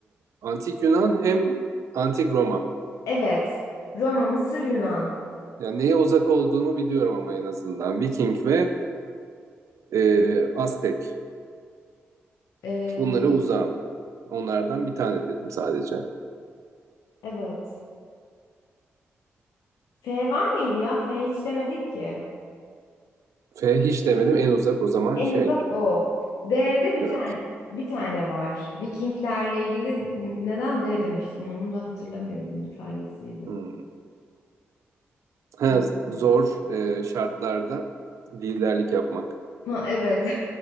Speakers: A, on the right; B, on the left.
A: Antik Yunan hem Antik Roma.
B: evet. Roma, Mısır, Yunan.
A: Yani neye uzak olduğumu biliyorum ama en azından. Viking ve e, Aztek.
B: Ee,
A: Bunlara uzağım. Onlardan bir tane dedim sadece.
B: evet. F var mıydı ya? F hiç demedin ki.
A: F hiç demedim. En uzak o zaman
B: En
A: şey.
B: uzak o. D'de bir
A: Evet.
B: tane bir tane var. Vikinglerle ilgili n- neden D demiştin? Onu da hatırlamıyorum. Dur hangisiydi?
A: Hmm. Ha,
B: <laughs>
A: zor e, şartlarda liderlik yapmak.
B: Ha evet.